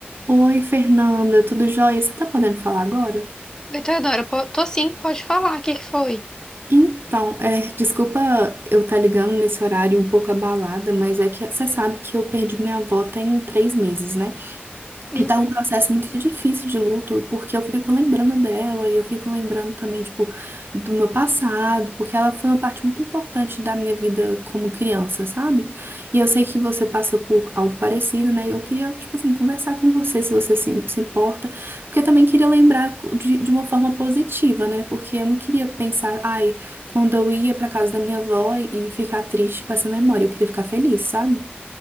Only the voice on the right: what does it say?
Oi, Fernanda, tudo jóia? Você tá podendo falar agora?
Então, é, desculpa eu estar ligando nesse horário um pouco abalada, mas é que você sabe que eu perdi minha avó tem três meses, né?
E tá um processo muito difícil de luto, porque eu fico lembrando dela e eu fico lembrando também, tipo, do meu passado, porque ela foi uma parte muito importante da minha vida como criança, sabe? E eu sei que você passa por algo parecido, né? E eu queria, tipo assim, conversar com você, se você se, se importa, porque eu também queria lembrar de, de uma forma positiva, né? Porque eu não queria pensar, ai, quando eu ia pra casa da minha avó e, e ficar triste com essa memória, eu queria ficar feliz, sabe?